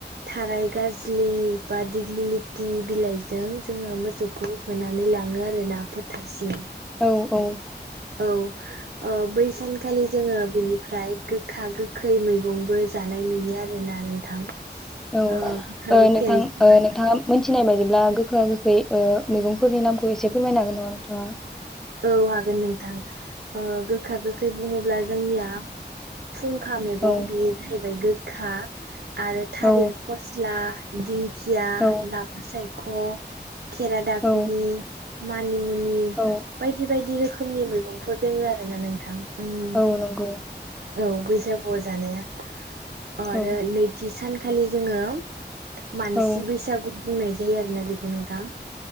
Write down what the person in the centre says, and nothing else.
औ औ
औ
ओ
नोंथां
ओ नोंथाङा मिथिनाय बायदिब्ला गो गोखा गोखै ओ मैगंफोरनि नामखौ एसे फोरमायनो हागोन नामा नोंथाङा।
औ
औ
औ
औ
औ
औ नंगौ
औ
औ